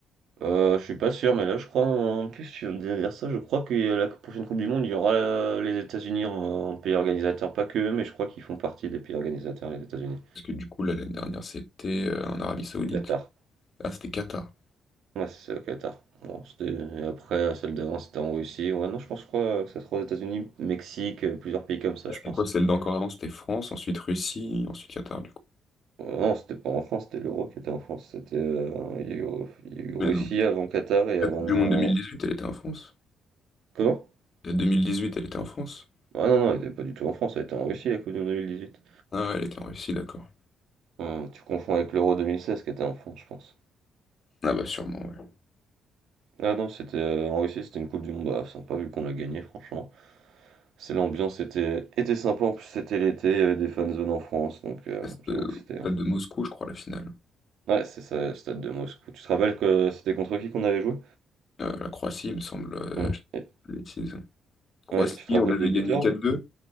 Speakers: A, on the right; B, on the left.
A: Heu, je suis pas sûr, mais là, je crois en en plus, tu viens de dire ça, je crois que euh, la prochaine coupe du monde, il y aura, heu, les États-Unis en en pays organisateur, pas qu'eux, mais je crois qu'ils font partie des pays organisateurs, les États-Unis.
B: Parce que du coup, là, l'année dernière, c'était euh, en Arabie Saoudite.
A: Qatar.
B: Ah, c'était Qatar.
A: Ouais, c'est ça, au Qatar. Bon, c'était et après, celle d'avant, c'était en Russie. Ouais, non, je pense, je crois que ça sera aux États-Unis, Mexique, heu, plusieurs pays comme ça,
B: Ah,
A: je
B: c'était
A: pense.
B: quoi celle d'encore avant? C'était France, ensuite Russie, ensuite Qatar, du coup.
A: Euh, Non, c'était pas en France, c'était l'Euro qui était en France. C'était, euh, il y a eu, il y a eu Russie
B: Mais non.
A: avant Qatar et avant.
B: La Coupe du Monde 2018,
A: euh,
B: elle était en France.
A: Comment?
B: La 2018, elle était en France.
A: Ah non, non, il était pas du tout en France, elle était en Russie la Coupe du Monde 2018.
B: Ah ouais, elle était en Russie, d'accord.
A: Hum, tu confonds avec l'Euro 2016 qui était en France, je pense.
B: Ah bah sûrement, ouais.
A: Ah non, c'était euh, en Russie, c'était une Coupe du Monde. Bah, sympa vu qu'on l'a gagné, franchement. C'est l'ambiance était, était sympa, en plus c'était l'été, il y avait des fan zones en France, donc euh,
B: Ah, C'était
A: j'avoue
B: au
A: que c'était.
B: stade
A: hein.
B: de Moscou, je crois, la finale.
A: Ouais, c'est ça, le stade de Moscou. Tu te rappelles que c'était contre qui qu'on avait joué?
B: Euh, la Croatie, il me semble. euh,
A: Hum,
B: je
A: et-
B: dis une bêtise. Croatie,
A: Ouais, tu te rappelles
B: on avait
A: des buteurs?
B: gagné 4-2.